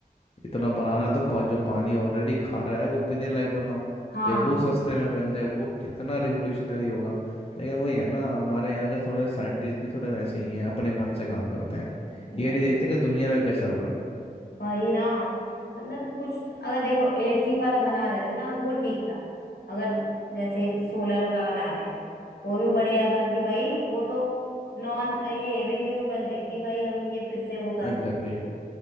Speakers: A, on the left; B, on the left.
A: इतना बनाना है तो पा, जो पानी ऑलरेडी खा रहा है वो पीने लायक बनाओ
B: हाँ
A: कि वो सस्ते में बन जाए वो कितना रिवोल्यूशनरी होगा लेकिन वही है ना हमारे यहाँ के थोड़े साइंटिस्ट भी थोड़े वैसे ही हैं अपने मन से काम करते हैं
B: वह-
A: ये नहीं देखते कि दुनिया में क्या चल रहा है
B: वही ना मतलब कुछ अगर देखो इलेक्ट्रिक वाला बना रहे थे ना वो ठीक था अगर जैसे सोलर का बना रहे हैं वो भी बढ़िया था कि भाई वो तो नॉन ये रिन्यूएबल है कि भाई हम ये फिर से वो कर
A: Exactly
B: सकते हैं
A: exactly.